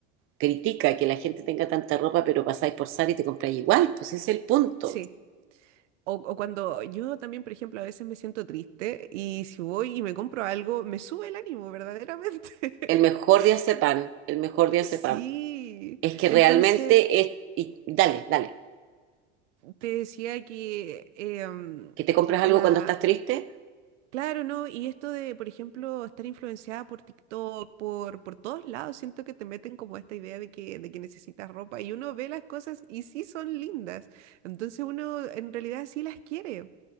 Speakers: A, on the right; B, on the right.
A: critica que la gente tenga tanta ropa, pero pasáis por Zara y te compráis igual, pues ese es el punto.
B: sí. O, o cuando yo también, por ejemplo, a veces me siento triste y si voy y me compro algo, me sube el ánimo, verdaderamente.
A: El mejor
B: <laughs>
A: de pan el mejor de
B: Sí.
A: pan es que realmente
B: Entonces,
A: es, y dale, dale,
B: te decía que em,
A: que te compras
B: la...
A: algo cuando estás triste
B: Claro, ¿no? Y esto de, por ejemplo, estar influenciada por TikTok, por, por todos lados, siento que te meten como esta idea de que, de que necesitas ropa y uno ve las cosas y sí son lindas. Entonces uno en realidad sí las quiere.